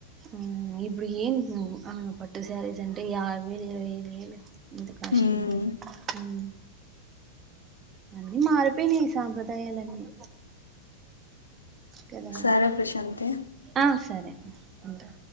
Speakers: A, on the right; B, on the left.
A: ఉహ్ ఇబ్బుడు ఏంటి నువ్వు ఆహ్ పట్టు శారీస్ అంటే యావై వేలు ఇరవై ఐదు వేలు అంత కాస్ట్లీ
B: మ్
A: వి ఆహ్ అన్ని మారిపోయినాయి సాంప్రదాయాలన్నీ కదా
B: సరే ప్రశాంతి
A: ఆ సరే ఉంటా.